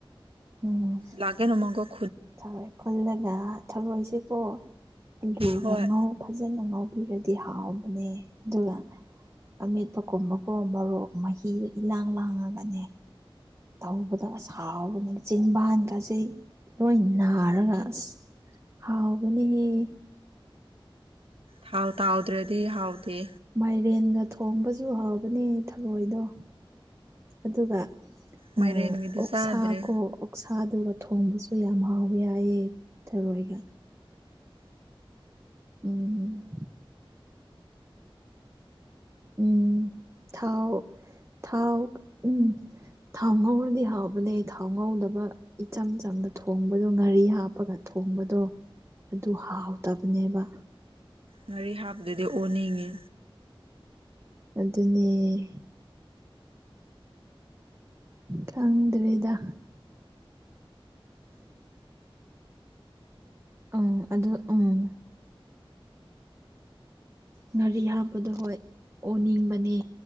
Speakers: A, on the right; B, on the right.
A: ꯎꯝ
B: ꯂꯥꯒꯦ ꯅꫭꯡꯃꯥꯒꫭ
A: ꯊꯔꯣꯏ ꯈꯨꯜꯂꯒ ꯊꯔꯣꯏꯁꯦꯀꫭ ꯑꯂꯨꯒ
B: ꯍꯣꯏ
A: ꯉꯧ ꯐꯖꯅ ꯉꯧꯕꯤꯔꯗꯤ ꯍꯥꯎꯕꯅꯦ ꯑꯗꯨꯒ ꯑꯃꯦꯠꯄ ꯀꯨꯝꯕ ꯀꯣ ꯃꯣꯔꯣꯛ ꯃꯍꯤꯗꯣ ꯏꯂꯥꯡ ꯂꯥꯡꯉꯒꯅꯦ꯫ ꯇꯧꯕꯗꫭ ꯑꯁ ꯍꯥꯎꯕꯅꯦ ꯆꯤꯟꯕꯥꯟꯒꯁꯤ ꯂꯣꯏ ꯅꯥꯔꯒ ꯑꯁ ꯍꯥꯎꯕꯅꯦꯍꯦ ꯫
B: ꯊꯥꯎ ꯇꯧꯗ꯭ꯔꯗꯤ ꯍꯥꯎꯗꯦ꯫
A: ꯃꯥꯏꯔꯦꯟꯒ ꯊꯣꯡꯕꯁꯨ ꯍꯥꯎꯕꯅꯦ ꯊꯔꯣꯏꯗꯣ ꯑꯗꯨꯒ
B: ꯃꯥꯏꯔꯦꯟꯒꯤꯗꯤ
A: ꯎꯝ ꯑꫭꯛꯁꯥ
B: ꯆꯥꯗ꯭ꯔꯦ
A: ꯀꯣ ꯑꫭꯛ ꯁꯥꯗꯨꯒ ꯊꯣꯡꯕꯁꯨ ꯌꯥꯝ ꯍꯥꯎꯕ ꯌꯥꯏꯌꯦ ꯊꯔꯣꯏꯒ ꯎꯝ ꯎꯝ ꯊꯥꯎ ꯊꯥꯎ ꯎꯝ ꯊꯥꯎ ꯉꯧꯔꯗꯤ ꯍꯥꯎꯕꯅꯦ ꯊꯥꯎ ꯉꯧꯗꯕ ꯏꯆꯝ ꯆꯝꯅ ꯊꯣꯡꯕꯗꯣ ꯉꯥꯔꯤ ꯍꯥꯞꯄꯒ ꯊꯣꯡꯕꯗꯣ ꯑꯗꯨ ꯍꯥꯎꯇꯕꯅꯦꯕ
B: ꯉꯥꯔꯤ ꯍꯥꯞꯗꯨꯗꯤ ꯑꯣꯅꯤꯡꯉꯦ꯫
A: ꯑꯗꯨꯅꯦ ꯈꯪꯗ꯭ꯔꯦꯗꯥ ꯑꯪ ꯑꯗꯨ ꯎꯝ ꯉꯔꯤ ꯍꯥꯞꯄꯗꯣ ꯍꯣꯏ ꯑꯣꯅꯤꯡꯕꯅꯦ꯫